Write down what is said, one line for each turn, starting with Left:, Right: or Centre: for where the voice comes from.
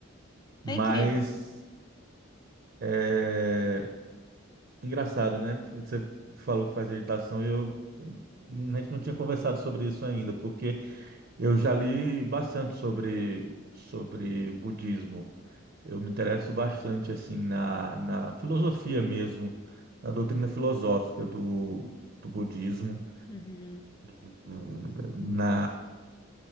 Right: Mas.
Left: É incrível.
Right: eh, Engraçado, né? que Você falou que faz meditação e eu a gente não tinha conversado sobre isso ainda, porque eu já li bastante sobre sobre budismo. Eu me interesso bastante assim na na filosofia mesmo, na doutrina filosófica do do budismo,
Left: Uhum.
Right: eh, na,